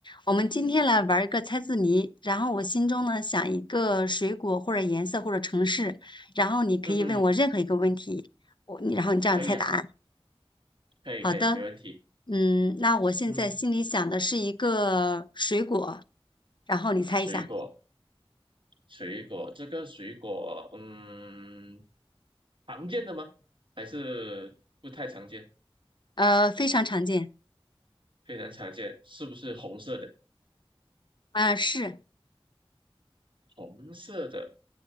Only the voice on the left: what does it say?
我们今天来玩儿一个猜字谜，然后我心中呢想一个水果或者颜色或者城市，然后你可以问我任何一个问题，
我你然后你这样猜答案。
好的，
嗯，那我现在心里想的是一个水果，
然后你猜一下，
呃，非常常见，
啊、是，